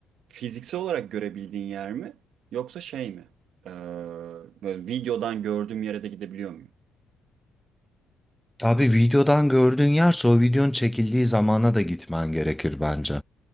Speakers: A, on the right; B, in the centre.
A: Fiziksel olarak görebildiğin yer mi? Yoksa şey mi? Ee, böyle videodan gördüğüm yere de gidebiliyor muyum?
B: Abi videodan gördüğün yerse o videonun çekildiği zamana da gitmen gerekir bence.